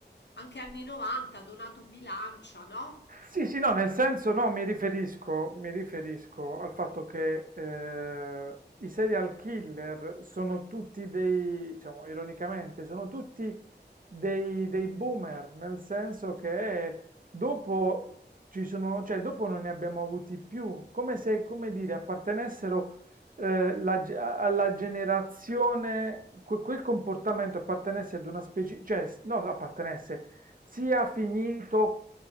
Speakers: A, on the left; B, on the right.
A: anche anni 90, Donato Bilancia, no?
B: Sì, sì, no, nel senso no, mi riferisco, mi riferisco al fatto che eh, i serial killer sono tutti dei, diciamo, ironicamente, sono tutti dei, dei boomer, nel senso che dopo ci sono, cioè dopo non ne abbiamo avuti più, come se, come dire, appartenessero eh, la ge- a- alla generazione, que- quel comportamento appartenesse ad una specie, cioè, s- no, appartenesse sia finito